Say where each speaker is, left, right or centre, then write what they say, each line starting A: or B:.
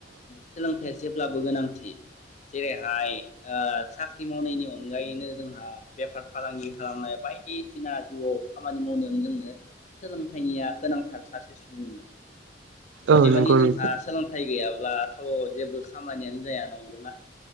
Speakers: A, on the left; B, on the right.
A: सोलोंथाइया जेब्लाबो गोनांथि जेरैहाय ओ साख्रि मावनायनि अनगायैनो जोंहा बेफार फालांगि खालामनाय बायदिसिना जिउआव खामानि मावनायावनो जोंनो सोलोंथाइनिया गोनांथार सासे सुबुंनो अदेबानि
B: औ नंगौ
A: जोंहा
B: नोंथां
A: सोलोंथाइ गैयाब्ला जब्लाथ' जेबो खामानियानो जाया नंगौना